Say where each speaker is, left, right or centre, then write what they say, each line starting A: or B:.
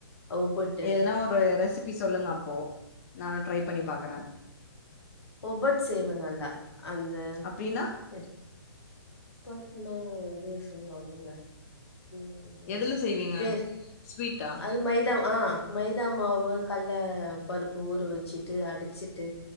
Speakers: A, on the left; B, on the left.
A: ஒபுட்டு
B: எதுனா ஒரு ரெசிபி சொல்லுங்க அப்போ நானு ட்ரை பண்ணி பாக்குற
A: ஒபட் செய்வ நல்லா அந்த
B: அப்டின்னா
A: ஒப்பத்துனா இது செய்வாங்கல்ல உ
B: எதுல
A: அ
B: செய்வீங்க
A: பேர்
B: ஸ்வீட்டா
A: அது மைதா ஆ மைதா மாவு கல்ல பருப்பு ஊற வெச்சிட்டு அடிச்சி ட்டு